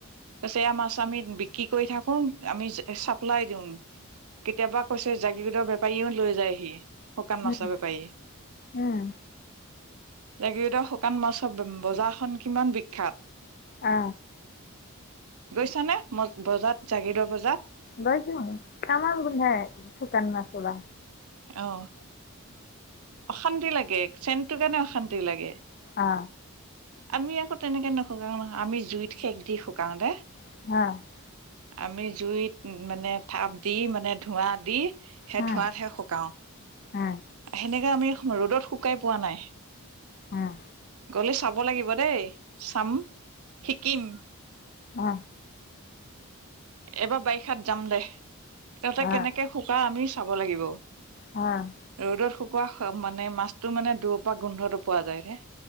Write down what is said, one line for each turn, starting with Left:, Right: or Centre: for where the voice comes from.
Right: কৈছে এইয়া মাছ আমি বিক্ৰী কৰি থাকোং আমি চাপ্লাই দিওঁ। কেতিয়াবা কৈছে জাগীৰোদৰ বেপাৰীও লৈ যায়হি শুকান
Left: উম,
Right: মাছৰ বেপাৰীয়ে।
Left: উম
Right: জাগীৰোডৰ শুকান মাছৰ বজাৰ খন কিমান বিখ্যাত।
Left: অ
Right: গৈছানে মই বজাত জাগীৰোডৰ বজাত।
Left: গৈছোঁং তামাম গোন্ধাই শুকান মাছ সোপা।
Right: অ অশান্তি লাগে চেনটো কাৰণে অশান্তি লাগে।
Left: অ
Right: আমি আকৌ তেনেকে নুশুকাও নহয় আমি জুইত সেক দি শুকাও দে।
Left: অ
Right: আমি জুইত মানে তাপ দি মানে ধোঁৱা দি সেই
Left: উম,
Right: ধোঁৱাতহে শুকাও
Left: উম,
Right: সেনেকে আমি ৰ'দত শুকাই পোৱা নাই।
Left: উম
Right: গ'লে চাব লাগিব দেই চাম শিকিম।
Left: অ
Right: এবাৰ বাৰিষাত যাম দে। তহঁতে
Left: আহ,
Right: কেনেকে শুকাও আমিও চাব লাগিব। ৰ'দত
Left: আহ,
Right: শুকোৱা মানে মাছটো মানে দূৰপা গোন্ধতো পোৱা যায় নে।